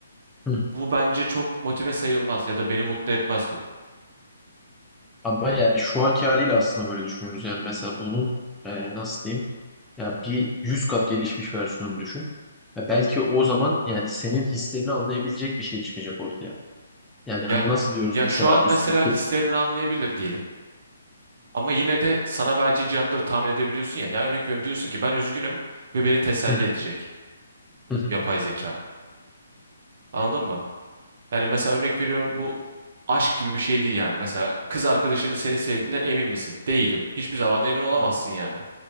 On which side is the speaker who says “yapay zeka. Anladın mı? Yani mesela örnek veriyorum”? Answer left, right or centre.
Right